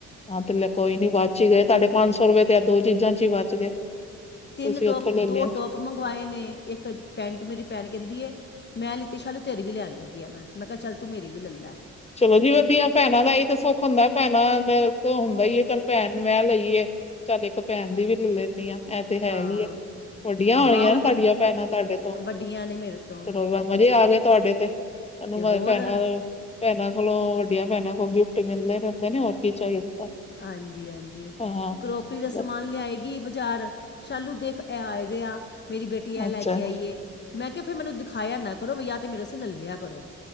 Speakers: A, on the left; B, on the left.
A: ਹਾਂ, ਤੇ ਲੈ ਕੋਈ ਨੀ ਬਚ ਹੀ ਗਏ, ਤੁਹਾਡੇ ਪੰਜ ਸੌ ਰੁਪਏ ਤੇ ਐ ਦੋ ਚੀਜ਼ਾਂ'ਚ ਉ ਬਚ ਗਏ।
B: ਤਿੰਨ
A: ਤੁਸੀਂ
B: ਟੋਪ,
A: ਉੱਥੋਂ ਲੈ
B: ਦੋ
A: ਲਿਆ।
B: ਟੋਪ ਮੰਗਵਾਏ ਨੇ, ਇੱਕ ਪੈਂਟ ਮੇਰੀ ਭੈਣ ਕਹਿੰਦੀ ਏ ਮੈਂ ਲਿੱਤੀ ਸ਼ਾਲੂ ਤੇਰੀ ਵੀ ਲੈਣ ਲੱਗੀ ਆ ਮੈਂ, ਮੈਂ ਕਿਹਾ ਚੱਲ ਤੂੰ ਮੇਰੀ ਵੀ ਲੱਲੈ।
A: ਚਲੋ ਜੀ ਵਧੀਆ, ਭੈਣਾਂ ਦਾ ਏਹੀ ਤੇ ਸੁੱਖ ਹੁੰਦਾ, ਭੈਣਾਂ ਤੋ ਹੁੰਦਾ ਈ ਹੈ, ਚੱਲ ਭੈਣ ਮੈਂ ਲਈਏ ਚੱਲ ਇੱਕ ਭੈਣ ਦੀ ਵੀ ਲੱ ਲੈਂਨੀ ਆ, ਐ ਤੇ ਹੈਹੀ
B: ਹਾਂ
A: ਏ। ਵੱਡੀਆਂ ਹੋਣੀਆਂ
B: ਬਾਊਲ
A: ਨਾ ਤੁਹਾਡੀਆਂ ਭੈਣਾਂ ਤੁਹਾਡੇ ਤੋਂ,
B: ਵੱਡੀਆਂ ਨੇ ਮੇਰੇ ਤੋਂ
A: ਚਲੋ ਮਜ਼ੇ ਆ ਗਏ ਤੁਹਾਡੇ ਤੇ। ਤੁਹਾਨੂੰ
B: ਤੇ
A: ਮ
B: ਹੋਰ
A: ਭੈਣਾਂ, ਭੈਣਾਂ ਕੋਲੋਂ ਵੱਡੀਆਂ ਭੈਣਾਂ ਕੋਲੋਂ ਗਿਫਟ ਮਿਲਦੇ ਰਹਿੰਦੇ ਨੇ, ਹੋਰ ਕੀ ਚਾਹੀਦਾ।
B: ਆਂਜੀ-ਆਂਜੀ,
A: ਤੁਹਾਨੂੰ
B: ਕਰੋਕਰੀ ਦਾ ਸਮਾਨ
A: ਹਾਂ
B: ਲਿਆਈ ਬਜਾਰ, ਸ਼ਾਲੂ ਦੇਖ ਐ ਆਇਦੇ ਆ, ਮੇਰੀ ਬੇਟੀ ਆ ਲੈਕੇ
A: ਅੱਛਾ
B: ਆਈ ਏ। ਮੈਂ ਕਿਹਾ ਫਿਰ ਮੈਨੂੰ ਦਿਖਾਇਆ ਨਾ ਕਰੋ, ਯਾ ਤੇ ਮੇਰੇ ਅਸਤੇ ਲੱਲਿਆ ਕਰੋ।